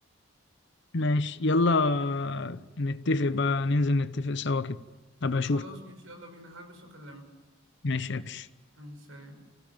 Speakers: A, on the left (about 60°); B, on the right (about 75°).
A: ماشي يلا نتفق بقى ننزل نتفق سوا كده
B: <laughs>
A: أبقى أشوف
B: خلاص ماشي يلا بينا هلبس واكلمك
A: ماشي يا باشا
B: ماشي سلام